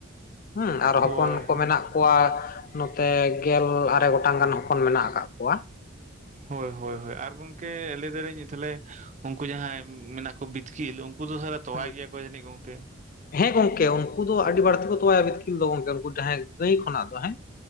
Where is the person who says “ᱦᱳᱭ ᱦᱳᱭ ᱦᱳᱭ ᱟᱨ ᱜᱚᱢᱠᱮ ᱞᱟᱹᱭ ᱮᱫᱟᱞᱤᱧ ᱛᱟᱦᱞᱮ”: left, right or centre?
Right